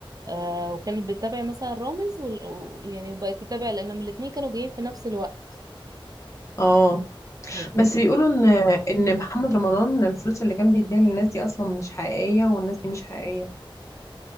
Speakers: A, on the right; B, on the left.
A: آه وكانت بتتابع مثلا رامز وال... و- يعني وبقت تتابع لأنهم الاتنين كانوا جايين في نفس الوقت
B: اه
A: الاتنين
B: بس بيقولوا ان ان محمد رمضان الفلوس اللي كان بيديها للناس دي اصلا مش حقيقيه والناس دي مش حقيقيه